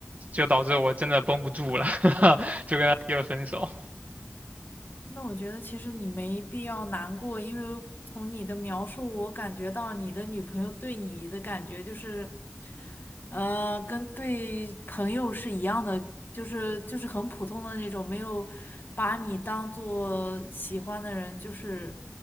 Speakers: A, on the right (about 40°); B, on the left (about 50°).
A: 就导致我真的绷不住了，<laughs> 就跟他提了分手。
B: 那我觉得其实你没必要难过，因为从你的描述，我感觉到你的女朋友对你的感觉就是。呃，跟对朋友是一样的，就是就是很普通的那种，没有把你当做喜欢的人，就是